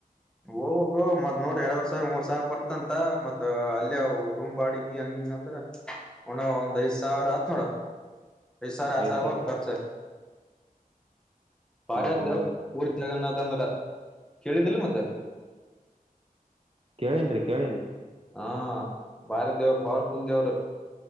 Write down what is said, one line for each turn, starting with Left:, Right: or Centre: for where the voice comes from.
Centre: ಹೋಗ್ಬೇಕು ಮತ್ ನೋಡ ಎರಡ್ವರ್ ಸಾವಿ ಮೂರ್ ಸಾವಿ ಬರ್ತಂತ ಮತ್ ಅಲ್ಲಿ ರೂಮ್ ಬಾಡಿಗೆ ಹಂಗಿ ಹಂಗ ಅಂದ್ರ ಒಣ ಒಂದ್ ಐದ್ ಸಾವಿರ ಆತ್ ನೋಡ ಪ ಸರ್ ಆರ್
Right: ಐದ್
Centre: ಸರ್
Right: ಸಾವಿರ
Centre: ಬರಿ ಕರ್ಚು ಭಾರ
Right: ಅಬ್ಬಬ್ಬಾ
Centre: ದೇವರು ಪುರಿಜಗಥ ಮಂದ್ರ ಕೇಳಿದ್ದಿಲ್ಲ ಮತ್ತೆ
Right: ಕೇಳನ್ರಿ ಕೇಳೇನಿ
Centre: ಹಾ ಭಾರಿ ದೇವರು ಪವರ್ಫುಲ್ ದೇವರು